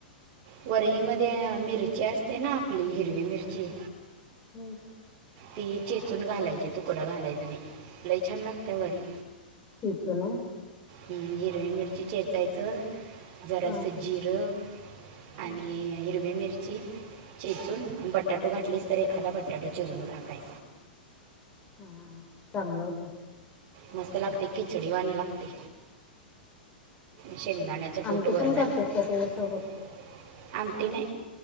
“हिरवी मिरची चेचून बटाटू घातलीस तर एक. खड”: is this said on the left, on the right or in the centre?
Right